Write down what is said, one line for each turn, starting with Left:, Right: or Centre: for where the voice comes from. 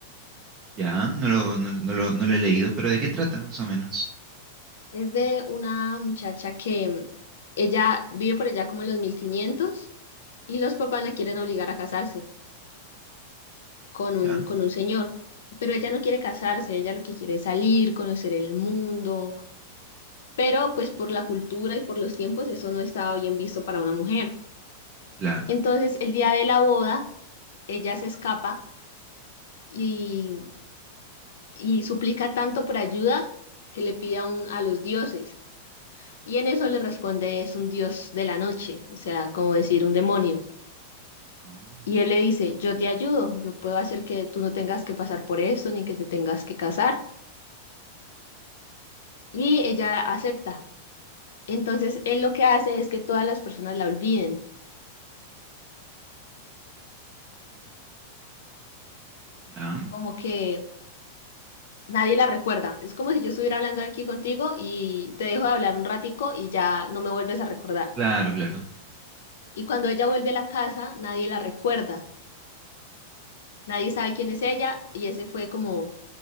Right: Ya, no lo, no, no lo, no lo he leído, pero ¿de qué trata más o menos?
Left: Es de una muchacha que mm, ella vive por allá como en los 1500 y los papás la quieren obligar a casarse con un,
Right: Ya,
Left: con un señor. Pero ella no quiere casarse, ella lo que quiere es salir, conocer el mundo pero pues por la cultura y por los tiempos eso no estaba bien visto para una mujer.
Right: claro.
Left: Entonces el día de la boda, ella se escapa y, y suplica tanto por ayuda que le pide a, un, a los dioses. Y en eso le responde es un dios de la noche, o sea, como decir un demonio.
Right: Oh,
Left: Y él le dice, yo te ayudo, yo puedo hacer que tú no tengas que pasar por esto, ni que te tengas que casar. Y ella acepta. Entonces, él lo que hace es que todas las personas la olviden,
Right: ya,
Left: como que nadie la recuerda. Es como si yo estuviera hablando aquí contigo y te dejo de hablar un ratico y ya no me vuelves a recordar.
Right: claro, claro.
Left: Y cuando ella vuelve a la casa, nadie la recuerda. Nadie sabe quién es ella y ese fue como...